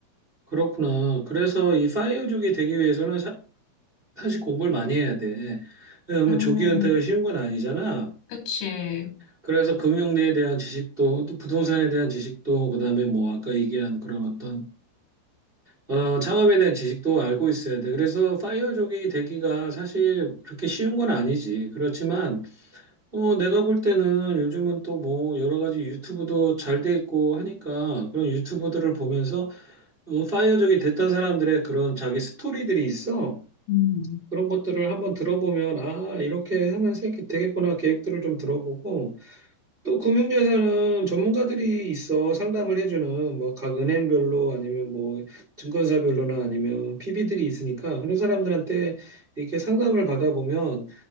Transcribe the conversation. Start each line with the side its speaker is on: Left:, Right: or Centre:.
Right: 그렇구나. 그래서 이 파이어족이 되기 위해서는 사, 사실 공부를 많이 해야 돼. 왜냐면
Left: 음,
Right: 조기 은퇴가 쉬운 건 아니잖아.
Left: 그치.
Right: 그래서 금융에 대한 지식도, 또 부동산에 대한 지식도, 그다음에 뭐 아까 얘기한 그런 어떤 어, 창업에 대한 지식도 알고 있어야 돼. 그래서 파이어족이 되기가 사실 그렇게 쉬운 건 아니지. 그렇지만 어, 내가 볼 때는 요즘은 또 뭐 여러 가지 유튜브도 잘 돼 있고 하니까 그런 유튜브들을 보면서 어, 파이어족이 됐던 사람들의 그런 자기 스토리들이 있어.
Left: 음.
Right: 그런 것들을 한번 들어보면 아, 이렇게 하면 생기 되겠구나 계획들을 좀 들어보고 또 금융자산은 전문가들이 있어 상담을 해주는 뭐 각 은행별로 아니면 뭐 증권사별로나 아니면 PB들이 있으니까 그런 사람들한테 이렇게 상담을 받아보면